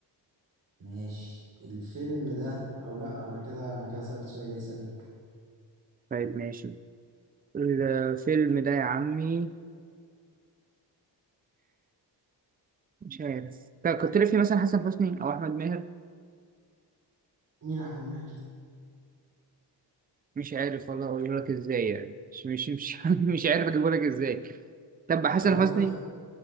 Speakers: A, on the right; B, on the right.
A: ماشي الفيلم ده او لا انا كده انا كده سألت سؤال اسأل انت
B: طيب ماشي الفيلم ده يا عمي مش عارف طب كنت لي فيه مثلا حسن حسني او احمد ماهر
A: مين احمد ماهر ده؟
B: مش عارف والله اقول لك ازاي يعني مش مش مش, <laughs> مش عارف اجيبه لك ازاي طب حسن
A: هو ما طلعش
B: حسني